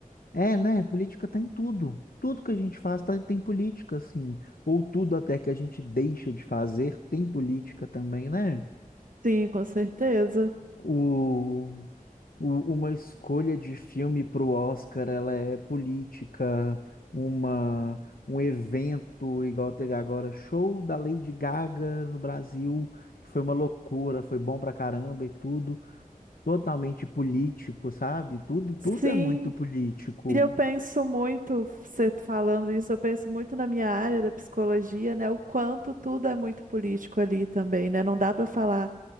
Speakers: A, on the left; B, on the right.
A: É, né? Política tá em tudo. Tudo que a gente faz tá- tem política, assim. Ou tudo até que a gente deixa de fazer tem política também, né?
B: Sim, com certeza.
A: O, o- uma escolha de filme para o Oscar, ela é política. Uma, um evento, igual teve agora, show da Lady Gaga no Brasil, que foi uma loucura, foi bom pra caramba e tudo. Totalmente político, sabe? Tudo, tudo
B: Sim,
A: é muito político.
B: e eu penso muito, você falando isso, eu penso muito na minha área da psicologia, né? O quanto tudo é muito político ali também, né? Não dá pra falar.